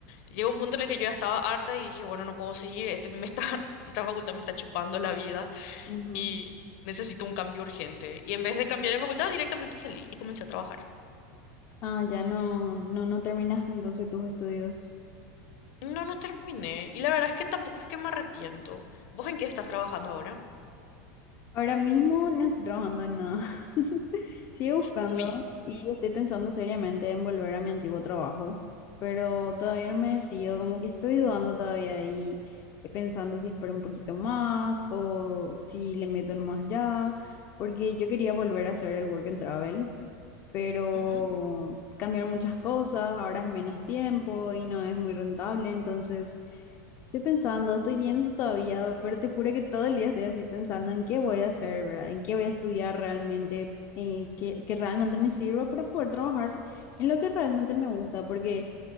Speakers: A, on the left (about 55°); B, on the left (about 30°).
A: llegó un punto en el que yo ya estaba harta y dije, bueno, no puedo seguir, este me está, <laughs> esta facultad me está chupando la vida
B: ujú.
A: y necesito un cambio urgente. Y en vez de cambiar de facultad, directamente salí y comencé a trabajar.
B: Ah, ya no, no, no terminaste entonces tus estudios.
A: No, no terminé. Y la verdad es que tampoco es que me arrepiento. ¿Vos en qué estás trabajando ahora?
B: Ahora mismo no estoy trabajando en nada. <laughs> Sigo buscando
A: Uy.
B: y estoy pensando seriamente en volver a mi antiguo trabajo, pero todavía no me decido, como que estoy dudando todavía y pensando si espero un poquito más o si le meto más ya, porque yo quería volver a hacer el work and travel, pero
A: Ujú,
B: cambiaron muchas cosas, ahora es menos tiempo y no es muy rentable, entonces estoy pensando, estoy viendo todavía, pero te juro que todo el día estoy así pensando en qué voy a hacer, ¿verdad? En qué voy a estudiar realmente, eh, que, que realmente me sirva para poder trabajar en lo que realmente me gusta, porque